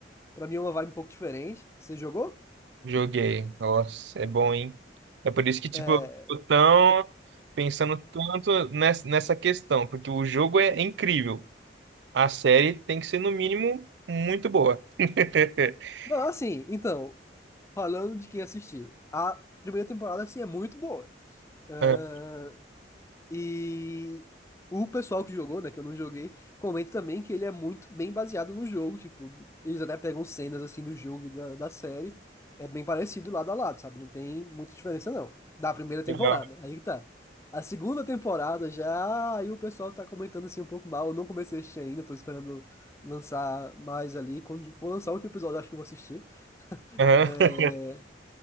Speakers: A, on the left (about 15°); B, on the right (about 70°).
A: pra mim é uma vibe um pouco diferente. Você jogou?
B: Joguei. Nossa, é bom, hein? É por isso que, tipo,
A: É,
B: eu tô tão pensando tanto nessa nessa questão, porque o jogo é incrível. A série tem que ser, no mínimo, muito boa. <laughs>
A: Não, assim, então, falando de quem assistiu, a primeira temporada, assim, é muito boa. Ah,
B: Ah,
A: e o pessoal que jogou, né, que eu não joguei, comenta também que ele é muito bem baseado no jogo, tipo, eles até pegam cenas, assim, do jogo e da, da série, é bem parecido lado a lado, sabe? Não tem muita diferença, não, da primeira temporada,
B: Legal.
A: aí que tá. A segunda temporada já, aí o pessoal tá comentando, assim, um pouco mal, eu não comecei a assistir ainda, tô esperando lançar mais ali, quando for lançar o último episódio, eu acho que eu vou assistir.
B: Aham.
A: É...